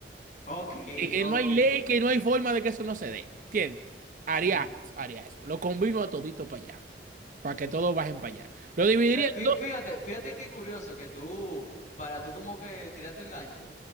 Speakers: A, on the left; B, on the right.
A: Ok,
B: que, que
A: ok.
B: no hay ley, que no hay forma de que eso no se dé. ¿Entiendes? Haría
A: Mm.
B: eso, haría eso. Lo combino a todito para allá, para que todos bajen para allá. Lo dividiría
A: Fíjate,
B: en dos.
A: fí- fíjate fíjate qué curioso que tú, para tú como que tiraste el gancho,